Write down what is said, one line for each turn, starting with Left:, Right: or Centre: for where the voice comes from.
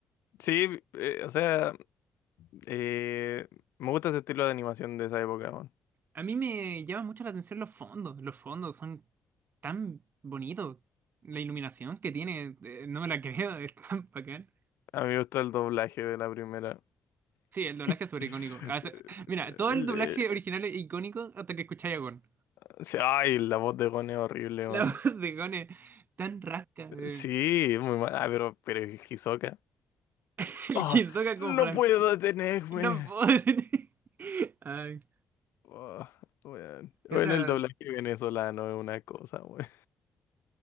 Left: Sí, eh, o sea, eh, me gusta ese estilo de animación de esa época, weón.
Right: A mí me llama mucho la atención los fondos. Los fondos son tan bonitos. La iluminación que tiene, eh, no me la creo, <laughs> es tan bacán.
Left: A mí me gusta el doblaje de la primera.
Right: Sí, el doblaje
Left: <laughs>
Right: es sobre icónico. Ah, se- Mira, todo el
Left: El
Right: doblaje
Left: de-
Right: original es icónico hasta que escucháis a Gon.
Left: o sea, ay, la voz de Gon es horrible,
Right: La
Left: weón.
Right: <laughs> voz de Gon es tan rasca. eh.
Left: Sí, muy mal. Ah, pero, pero es Hisoka.
Right: <laughs> El
Left: Oh,
Right: Hisoka con
Left: no
Right: francés.
Left: puedo detenerme.
Right: No puedo <laughs> decir. Ay,
Left: Oh, weón.
Right: ¿qué
Left: Bueno,
Right: otra?
Left: el doblaje venezolano es una cosa, weón.